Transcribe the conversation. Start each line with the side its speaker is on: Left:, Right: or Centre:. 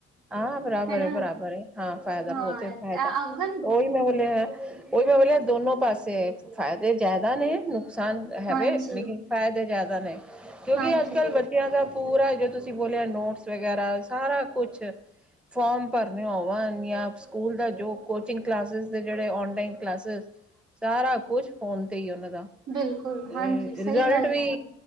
Centre: ਹਾਂ ਬਰਾਬਰ
Right: ਹੈਨਾ
Centre: ਬਰਾਬਰ ਹੈ ਹਾਂ ਫਾਇਦਾ ਬਹੁਤ
Right: ਹਾਂ ਅ-
Centre: ਫਾਇਦਾ
Right: ਅਗਰ
Centre: ਉਹੀ ਮੈਂ ਬੋਲਿਆ ਉਹੀ ਬੋਲਿਆ ਦੋਨੋ ਪਾਸੇ ਫ਼ਾਇਦੇ ਜ਼ਿਆਦਾ ਨੇ ਨੁਕਸਾਨ ਹੈਵੇ
Right: ਹਾਂਜੀ
Centre: ਲੇਕਿਨ ਫਾਇਦੇ ਜ਼ਿਆਦਾ ਨੇ ਕਿਉਂਕਿ
Right: ਹਾਂਜੀ
Centre: ਅੱਜ-ਕੱਲ੍ਹ ਬੱਚਿਆਂ ਦਾ ਪੂਰਾ ਜੋ ਤੁਸੀਂ ਬੋਲਿਆ ਨੋਟਸ ਵਗੈਰਾ ਸਾਰਾ ਕੁਛ ਫੋਰਮ ਭਰਨ ਹੋਵਣ ਜਾਂ ਸਕੂਲ ਦਾ ਜੋ ਕੋਚਿੰਗ ਕਲਾਸ ਦੇ ਜਿਹੜੇ ਔਨ ਟਾਈਮ ਕਲਾਸਸ ਸਾਰਾ ਕੁਛ ਫੋਨ ਤੇ ਹੀ ਉਹਨਾਂ ਦਾ।
Right: ਬਿਲਕੁਲ।
Centre: ਤੇ
Right: ਹਾਂਜੀ
Centre: ਰਿਜ਼ਲਟ
Right: ਸਹੀ ਗੱਲ
Centre: ਵੀ
Right: ਹੈ